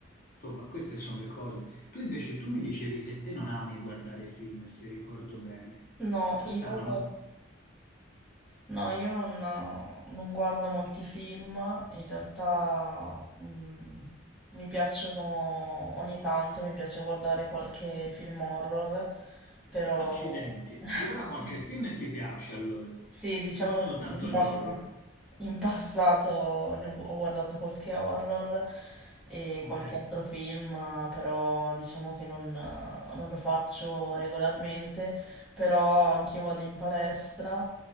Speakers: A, on the left; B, in the centre.
A: insomma, queste sono le cose. Tu invece, tu mi dicevi che te non ami guardare film, se ricordo bene.
B: No,
A: E questa
B: io,
A: è una...
B: no, io non, non guardo molti film, in realtà mm, mi piacciono ogni tanto, mi piace guardare qualche film horror, però
A: Accidenti.
B: <laughs>
A: Allora qualche film ti piace, allora.
B: sì, diciamo
A: Però soltanto
B: in passato.
A: gli horror.
B: In passato ne ho gu- ho guardato qualche horror e
A: Ok,
B: qualche altro film, però diciamo che non, non lo faccio regolarmente, però anch'io vado in palestra